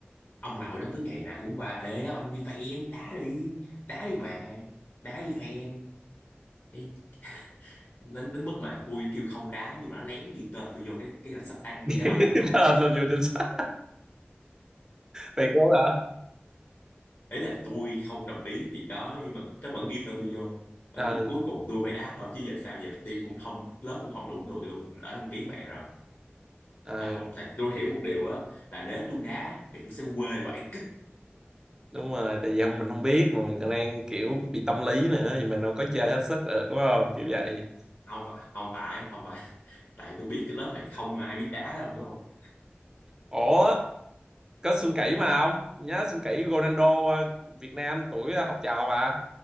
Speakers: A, on the left (about 60°); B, on the right (about 15°).
A: ông nội nó cứ ngày nào cũng qua ê đó anh đi fan đá đi đá đi mà đá đi fan cái đến, đến mức mà tôi kêu không đá nhưng mà nó lén ghi tên tôi vô cái cái danh sách đá,
B: <laughs>
A: đi đá banh ông hiểu không
B: tên là vừa trên sách thầy cố hả
A: ấy là tôi không đồng ý thì đó nhưng mà nó vẫn ghi tên tôi vô Ờ,
B: ờ
A: cuối cuối cùng tôi phải đá thôi chứ giờ sao giờ team cũng không lớp cũng không đủ người luôn đã đăng ký mẹ rồi
B: ờ,
A: à, tại tôi hiểu một điều á là nếu tôi đá thì tôi sẽ quê vậy cứ
B: đúng rồi tại vì không mình không biết mà mình còn đang kiểu bị tâm lý nữa thì mình đâu có chơi hết sức được đúng không kiểu vậy
A: không phải không phải không phải tại tôi biết cái lớp này không ai biết đá đâu hiểu không
B: ủa có Xuân Kỷ mà ông nhớ Xuân Kỷ Ronaldo ờ, Việt Nam tuổi ờ, học trò mà